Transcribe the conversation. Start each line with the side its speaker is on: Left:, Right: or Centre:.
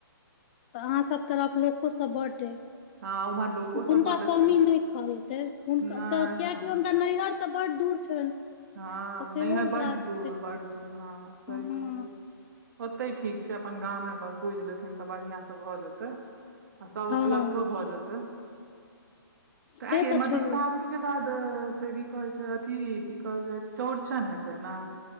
Left: तऽ अहाँ सब तरफ लोको सब बड्ड अय
Right: हँ उम्हर लोको
Left: हुनका
Right: सब बड्ड
Left: कमी
Right: छै
Left: नहि खलतै हुनक
Right: नहि
Left: तऽ कियेकि
Right: नहि
Left: हुनका नैहर तऽ बड्ड दूर छनि
Right: हँ
Left: तऽ सेहो
Right: नैहर बड्ड
Left: बात
Right: दूर
Left: छै
Right: बड्ड दूर हँ सही
Left: हँ
Right: कहलियै ओते ठीक छै अपन गामे पर पूजि लेथिन तऽ बढ़ियाँ से भऽ जेतै आ सब उपलब्धो
Left: हँ
Right: भऽ जेतै तऽ
Left: से
Right: आँययै मधुश्रावणी
Left: छै
Right: के बाद से की कहै छै अथी की कहल जाइ छै चौड़चन हेतै ने